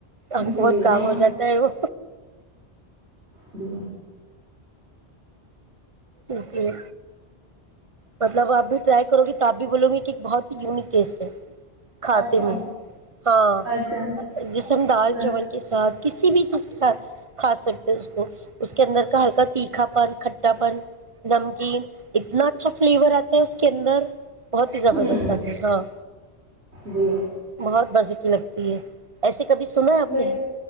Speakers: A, on the right; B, on the right.
A: ہم
B: جی
A: کو بہت کام
B: نہیں
A: ہو جاتا ہے وہ
B: جی
A: اس لیے مطلب آپ بھی ٹرائی کرو گی تو آپ بھی بولو گے کہ ایک بہت ہی یونک ٹیسٹ ہے کھاتے
B: اچھا
A: میں ہاں
B: اچھا
A: جیسے ہم
B: ہوں
A: دال چاول کے ساتھ کسی بھی چیز کے ساتھ کھا سکتے ہے اس کو اس کے اندر کا ہلکا تیکھا پن کھٹا پن نمکین اتنا اچھا فلیور آتا ہے اس کے اندر بہت ہی زبردست
B: ہوں
A: آتا ہے ہاں
B: جی
A: بہت مزے لگتی ہے ایسے کبھی سنا ہے آپ
B: نہیں
A: نے